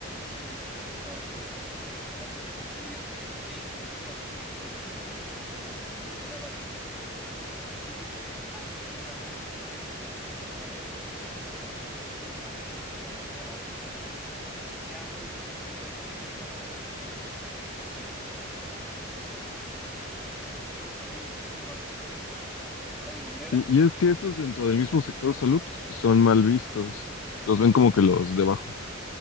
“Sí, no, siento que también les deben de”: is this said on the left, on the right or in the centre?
Centre